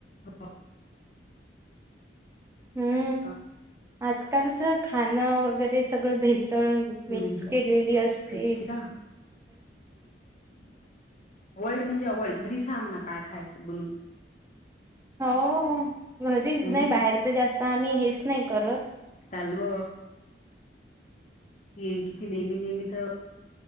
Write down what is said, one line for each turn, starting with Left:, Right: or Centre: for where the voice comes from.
Left: हा!
Right: हम्म.
Left: <inaudible>
Right: आजकालच खाणं वगैरे सगळं भेस ळ
Left: हम्म
Right: मिक्स
Left: हम्
Right: केलेली असते
Left: फिक्ची का अवोइड म्हणजे अवोइड घरी खा म्हणा काय खायचं बनवून.
Right: हो घरी
Left: हम्म
Right: नाही बाहेरच जास्त तर आम्ही हेच नाही करत!
Left: चालव ये किती नेहमी नेहमी तर